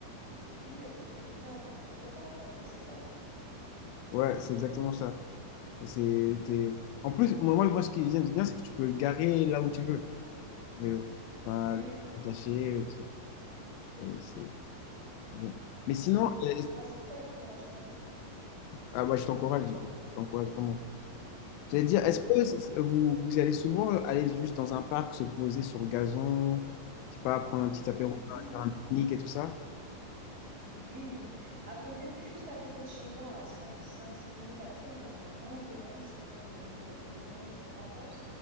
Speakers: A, on the right; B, on the left.
A: Et puis, euh, tu te fais du bien à ton propre corps, quoi. Donc, c'est top.
B: Ouais, c'est exactement ça. C'est, t'es- En plus, moi, moi, moi, ce qui vient de bien, c'est que tu peux le garer là où tu veux. vélo. Pas
A: Mm.
B: attaché, le truc. Euh, c'est bien. Mais sinon,
A: Ouais.
B: euh,
A: Donc, moi, c'est pour ça que je vais m'en acheter un.
B: ah ouais, je t'encourage du coup. Je t'encourage vraiment. J'allais dire,
A: Ouais.
B: est-ce que c- vous, vous allez souvent aller juste dans un parc, se poser sur le gazon, je sais pas, prendre un petit apéro,
A: Oui,
B: faire un pique-nique et tout ça?
A: Oui, à côté de- juste à côté de chez moi, à cinq, cinq, six minutes à pied, on a un grand domaine qui s'appelle le, do- le domaine de Havers,